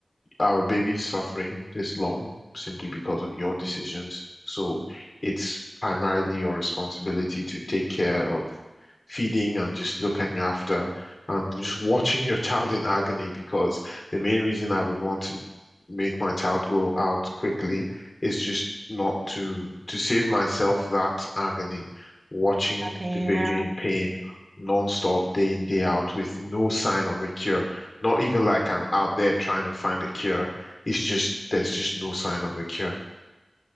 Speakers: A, on the left; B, on the right.
A: our baby is suffering this long simply because of your decisions.
B: Mhm.
A: So it's primarily your responsibility to take care of feeding and just looking after and just watching your child in agony because the main reason I would want to make my child go out quickly is just not to to save myself that agony, watching
B: that pain
A: the baby
B: yeah
A: in pain nonstop, day in, day out, with no sign of a cure. Not even like I'm out there trying to find a cure. It's just there's just no sign of a cure.